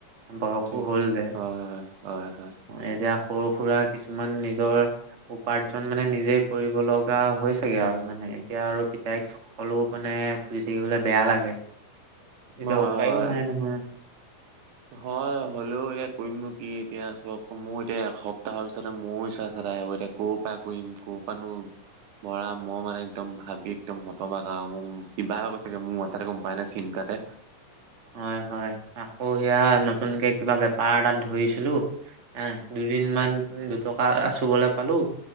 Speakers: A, on the right; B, on the right.
A: বয়সো
B: ঠিক
A: হল যে,
B: হয় হয় হয়
A: এতিয়া সৰু সুৰা কিছুমান নিজৰ উপাৰ্জন মানে নিজে কৰিব লগা হৈ চাগে আৰু মানে এতিয়া আৰু পিতাইক সকলো মানে খুজি থাকিবলৈ বেয়া লাগে। এতিয়া
B: হয় হয়
A: উপায়ো নাই নহয়।
B: হয় হ'লেও এতিয়া কৰিমনো কি, এতিয়া চক মোৰ এতিয়া এসপ্তাহৰ পিছতে মোৰো ৰিচাৰ্জ এদায় হ'ব এতিয়া। কৰ পৰা কৰিম কৰ পৰা নো ভৰা মই মানে একদম ভাবি একদম হতবাক আৰু মই কিবা হৈ গৈছে গে মোৰ তাতে গম পায় নাই, চিন্তাতে
A: হয় হয়, আকৌ সেয়া নতুনকে কিবা বেপাৰ এটাত ধৰিছিলোঁ। এহ দুদিন মান দুটকা চুবলৈ পালোঁ।